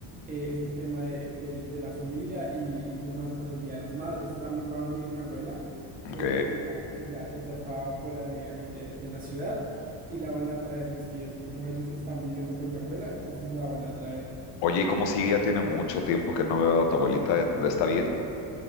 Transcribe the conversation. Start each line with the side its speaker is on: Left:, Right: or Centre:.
Right: eh, este tema de, del- de la familia y, y, pues más por el Día de las Madres. También va a venir mi abuela que
Left: Ok.
Right: pues ella, ella, ella está fuera de ahí de, de la ciudad y la van a traer mis tíos que como ellos están viviendo con mi abuela entonces la van a traer.
Left: Oye, ¿y cómo sigue? Ya tiene mucho tiempo que no veo a tu abuelita, ¿está bien?